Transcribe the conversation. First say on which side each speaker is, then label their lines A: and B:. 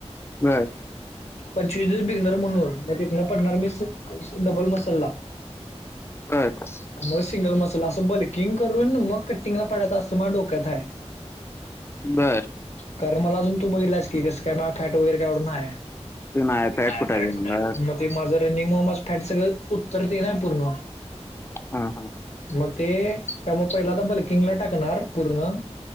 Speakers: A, on the left; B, on the left.
A: बर
B: पंचवीस दस बिगनर म्हणून मग तिथून पडणार मी डबल मसाला.
A: बर बर
B: मग सिंगल मसला असं बल्किंग करून मग कटिंगला पडायचं असतं मग डोक्यात आहे.
A: बरं
B: कारण मला अजून तू बघितलास की कसं काय माझं फॅट वगैरे काय एवढं नाय.
A: ते नाही पॅट
B: नाय
A: कुठं
B: फॅट
A: आहे
B: कुटय.
A: मग?
B: ते माझं रनिंग मुळे फॅट सगळं उत्तर ते ना पूर्ण
A: हा हा
B: मग ते त्यामुळे पहिल्यांदा बल्किंगला टाकणार पूर्ण